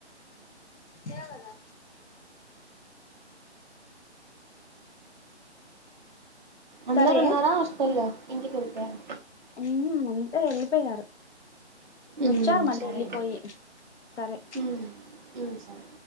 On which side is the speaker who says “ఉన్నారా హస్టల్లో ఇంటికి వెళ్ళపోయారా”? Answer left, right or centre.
Right